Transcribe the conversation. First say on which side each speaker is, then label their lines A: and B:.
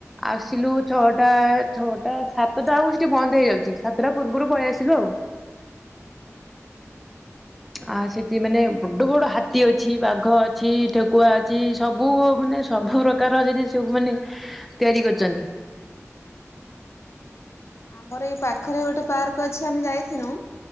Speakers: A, in the centre; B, on the left.
A: ଆସିଲୁ ଛଅଟା ଛଅଟା ସାତ ସାତ ଟା ବେଳକୁ ସେଠି ବନ୍ଦ ହେଇଯାଉଛି ସାତଟା ପୂର୍ବରୁ ପଳେଇ ଆସିଲୁ ଆଉ। ଆ ସେଠି ମାନେ ବଡ଼ ବଡ ହାତୀ ଅଛି ବାଘ ଅଛି ଠେକୁଆ ଅଛି ସବୁ ମାନେ ସବୁ ର କାର ସେଠି ସବୁ ମାନେ ତିଆରି କରିଛନ୍ତି
B: ଆମର ଏଇ ପାଖରେ ଗୋଟେ ପାର୍କ ଅଛି ଆମେ ଯାଇଥିନୁ